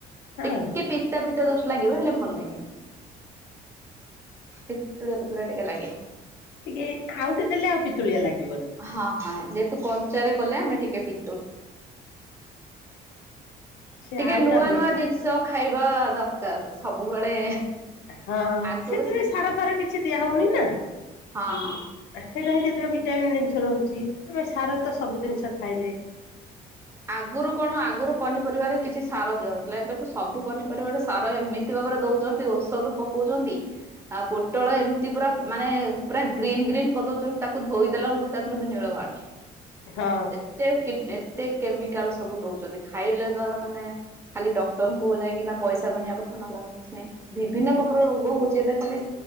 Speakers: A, on the left; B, on the right.
A: ହଁ
B: ଟିକେ ପିତା ପିତା ଜଷ୍ଟ ଲାଗିବ ହେଲେ ଭଲ ଲାଗେ। ପିତୁଳିଆ ପିତୁଳିଆ ଟିକେ ଲାଗେ।
A: ଟିକେ ଆଉ ଟେ ଦେଲେ ଆଉ ପିତୁଳିଆ ଲାଗିବନି।
B: ହଁ ହଁ ଯେହେତୁ କଞ୍ଚାରେ କଲେ ଆମେ ଟିକେ।
A: ସେ
B: ଟିକେ
A: ଆଉଟା
B: ନୂଆ
A: ହୁଏ
B: ନୂଆ ଜିନିଷ ଖାଇବା ଦରକାର ସବୁବେଳେ।
A: ହଁ
B: ଆଗରୁ
A: ସେଥିରେ
B: ସେ
A: ସାରାପାର କିଛି। ଦିଆ ହେଉନି ନା ସହିତି
B: ହଁ ହଁ
A: ପାଇଁ ସେଠାରେ ଭିଟାମିନ ଥାଏ। ଗଛ ରହୁଛି ଆମେ ସାର ତ ସବୁ ଜିନିଷ ଖାଇଲେ।
B: ଆଗରୁ କଣ ଆଗରୁ ପନିପରିବାରେ। କିଛି ସାର ଦିଆନଥିଲା ଏବେ ତ ସବୁ ପନିପରିବାରେ ସାର ଏମିତି ଭାବରେ ଦଉଛନ୍ତି ଔଷଧ ପକଉଛନ୍ତି। ଆ ପ। ଟଳ ଏମିତି ପୁରା ମାନେ ପୁରା ଗ୍ରୀନ୍ ଗ୍ରୀନ୍ କରିଦଉଛନ୍ତି ତାକୁ ଧୋଇ ଦେଲା ବେଳକୁ ତା ଦେହରୁ କି ନୀଳ ବାହାରୁିଛି।
A: ହଁ
B: ଏତେ ଏତେ। କେମିକାଲ ସବୁ ଦଉଛନ୍ତି ଖାଇଲେ ମାନେ ଖାଲି ଡକ୍ଟର କ ଯାଇକିନା ପଇସା ଗଣିବା କଥା ନଲା। ଆଉ କିଛି ନାଇଁ ବିଭିନ୍ନ ପ୍ରକାର ରୋଗ ହଉଛି। ଖାଲି